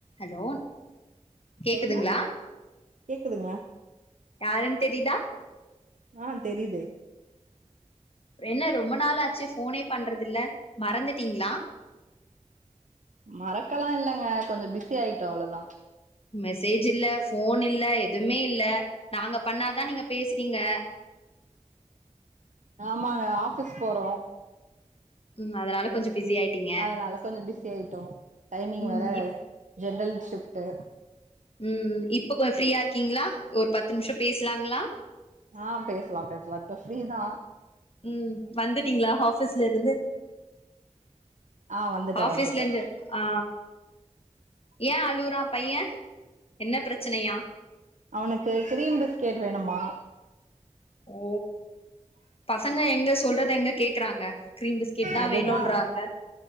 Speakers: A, on the left; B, on the right.
A: hello கேக்குதுங்ளா
B: சொல்லுங்க கேக்குதுங்க
A: யாருன்னு தெரிதா
B: ஆ தெரியுது
A: என்ன ரொம்ப நாள் ஆச்சு ஃபோனே பண்றதில்ல மறந்துட்டீங்ளா
B: மறக்கல்லா இல்லங்க கொஞ்ச பிஸி ஆயிட்டோ அவ்ளதா
A: மெசேஜ் இல்ல ஃபோன் இல்ல எதுமே இல்ல நாங்க பண்ணாதா நீங்க பேசுறீங்க
B: ஆமாங்க ஆஃபீஸ் போறோ
A: ம் அதனால கொஞ்சம் பிஸி ஆயிட்டீங்க
B: அதனால கொஞ்ச பிஸி ஆயிட்டோ டைமிங்
A: ம்
B: வேற
A: இப்
B: ஜென்ரல் ஷிப்டு
A: ம் இப்பகொஞ் ஃப்ரியா இருக் கீங்ளா ஒரு பத்து நிமிஷம் பேசலாங்ளா
B: ஆம் பேசலாம் பேசலாம் இப்ப பிரீதா
A: ம் வந்துட்டிங்களா ஆபீஸ்ல இருந்து
B: ஆ வந்துட்ட
A: ஆபீஸ்ல
B: வந்துட்ட
A: இருந்து ஆ ஏ அழுறா பைய என்ன பிரச்சனையா
B: அவனுக்கு கிரீம் பிஸ்கட் வேணும்மா
A: ஓ பசங்க எங்க சொல்றத எங்க கேக்குறாங்க கிரீம் பிஸ்கட்தா
B: அதுதா
A: வேணும்ன்றாங்க